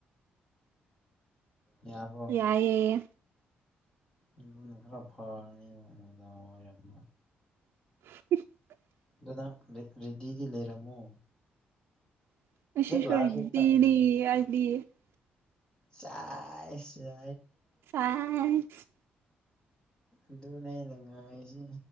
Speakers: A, on the left; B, on the right.
A: ꯌꯥꯕ꯭ꯔꯣ
B: ꯌꯥꯏꯌꯦ
A: ꯑꯗꯨ ꯈꯔ ꯐꯥꯅꯤꯕ ꯅꯨꯡꯗꯥꯡꯋꯥꯢ ꯔꯝ
B: <unintelligible>
A: ꯑꯗꯣ ꯅꯪ ꯔꯦ ꯔꯦꯗꯤꯗꯤ ꯂꯩꯔꯝꯃꯣ
B: <unintelligible>
A: ꯍꯦꯛ ꯂꯥꯛꯑ ꯍꯦꯛ ꯆꯠꯂꯣ ꯆꯥꯏꯁ
B: ꯆꯥꯏꯁ
A: ꯑꯗꯨꯅꯦ ꯑꯩꯅ ꯉꯥꯏꯔꯤꯁꯦ